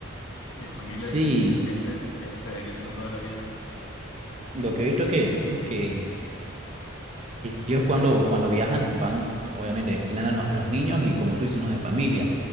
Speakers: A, on the left (about 65°); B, on the right (about 35°).
A: de familias
B: Sí,
A: de circenses que a eso se dedican toda la vida.
B: lo que he visto que, que Ellos cuando, cuando viajan van, obviamente, tienen a los, a los niños y como tú dices, los de familia.